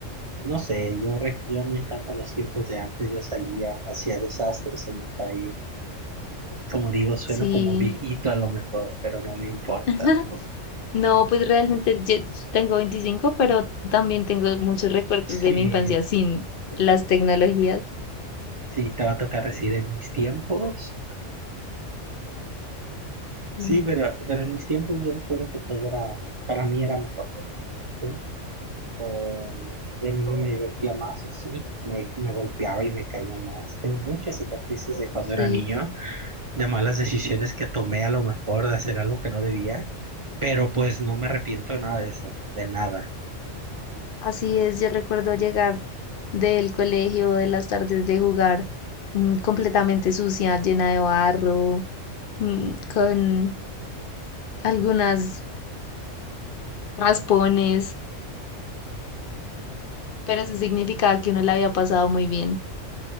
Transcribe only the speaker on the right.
no sé, yo, re- yo me encantan los tiempos de antes, yo salía, hacía desastres en el país, como digo, sueno
como viejito a lo mejor, pero no me importa.
Sí.
sí.
Sí, te va a tocar decir en mis tiempos. Sí,
pero, pero en mis tiempos yo recuerdo que todo era, para mí era mejor, ¿sí? Eh, de niño me divertía más, sí, me, me golpeaba y me caía más. Tengo muchas cicatrices de cuando
era niño, de malas decisiones que tomé a lo mejor, de hacer algo que no debía, pero pues no me arrepiento de nada de eso, de nada.